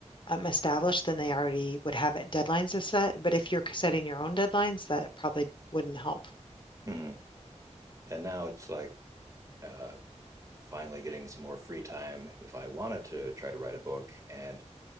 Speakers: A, on the left; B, on the right.
A: um, established, then they already would have it deadlines to set. But if you're setting your own deadlines, that probably wouldn't help.
B: Mm-hmm. And now it's like uh, finally getting some more free time if I wanted to try to write a book. And